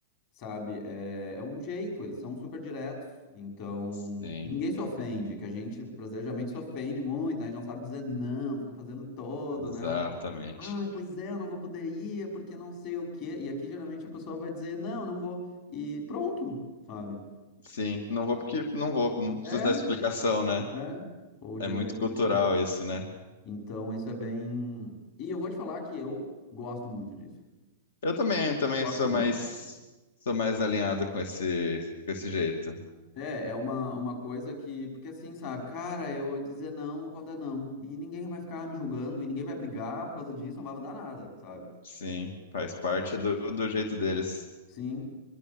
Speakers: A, on the left; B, on the left.
A: sabe, é, é um jeito, eles são super diretos, então
B: sim,
A: ninguém se ofende, que a gente brasileiro geralmente se ofende muito, né, a gente não sabe dizer não, fica fazendo todo,
B: exatamente.
A: né, um, ah, pois é, eu não vou poder ir é porque não sei o quê, e aqui geralmente a pessoa vai dizer não, não vou, e pronto, sabe,
B: Sim, não vou porque não vou, não preciso
A: é,
B: dar explicação, né?
A: é, ou de
B: É muito
A: repente.
B: cultural isso, né?
A: Então, isso é bem. E eu vou te falar que eu gosto muito disso.
B: Eu também,
A: Isso
B: também
A: eu gosto
B: sou
A: muito.
B: mais sou mais alinhado com esse com esse jeito.
A: É, é uma, uma coisa que. Porque assim, sabe, cara, eu vou dizer não quando é não. E ninguém vai ficar me julgando, e ninguém vai brigar por causa disso, não vai mudar nada, sabe?
B: Sim, faz parte
A: É.
B: do, do jeito deles.
A: Sim.